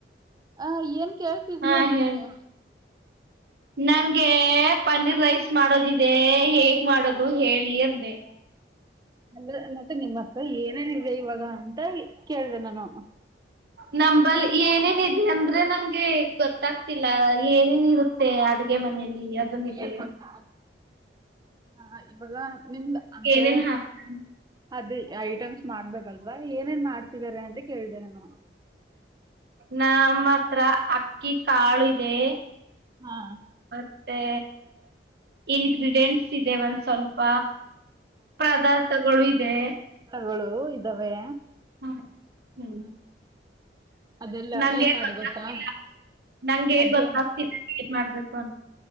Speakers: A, on the right; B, on the right.
A: ಆ ಏನ್ ಕೇಳ್ತಿದೀಯ
B: ಹಾ
A: ನೀನು?
B: ಹೇಳಿ ನಂಗೆ ಪನ್ನೀರ್ ರೈಸ್ ಮಾಡೋದ ದೇ ಹೇಗ್ ಮಾಡೋದು ಹೇಳಿ ಅಂದೆ
A: ಅಲ್ಲ ಮತ್ತೆ, ನಿಮ್ಮ ಹತ್ರ ಏನೇನಿದೆ ಇವಾಗ ಅಂತ ಕೇಳಿದೆ ನಾನು.
B: ನಂಬಲ್ಲಿ ಏನೇನ್ ಇದೆ ಅಂದ್ರೆ ನಂಗೆ ಗೊತ್ತಾಗ್ತಿಲ್ಲ ಏನೇನ್ ಇರುತ್ತೆ ಅಡು ಡುಗೆ ಮನೆಯಲ್ಲಿ ಅದನ್ ಇದೆ
A: ಏನ್ ಗೊತ್ತಾ? ಹಾ ಇವಾಗ ನಿಮ್ದ ಅಂದ್ರೆ
B: ಏನೇನ್ ಹಾಕ್ತಾರೆ
A: ಅದೇ ಐಟಮ್ಸ್ ಮಾಡ್ಬೇಕಲ್ವಾ, ಏನೇನ್ ಮಾಡ್ತಿದಿದ್ದಾರೆ ಅಂತ ಕೇಳ್ದೇ ನಾನು.
B: ನಮ್ಮ ಹತ್ರ ಅಕ್ಕಿ ಕಾಳು ಇದೆ
A: ಹಾ
B: ಮತ್ತೆ ಇನ್ಗ್ರಿಡಿಯೆಂಟ್ಸ್ ಇದೆ ಒಂದ್ ಸ್ವಲ್ಪ ಪದಾರ್ಥಗಳು ಇದೆ
A: ಗಳು ಇದ್ದಾವೆ.
B: ಹ್ಮ ಹ್ಮ.
A: ಅದೆಲ್ಲ
B: ನಂಗೆ
A: ಏನ್ ಮಾಡಿ
B: ಗೊತ್ತಾಗ್ತಿಲ್ಲ.
A: ಗೊತ್ತಾ
B: ನಂಗೆ
A: ಅದು
B: ಗೊತ್ತಾಗ್ತಿಲ್ಲ ಏನ್ ಮಾಡ್ಬೇಕು ಅಂತ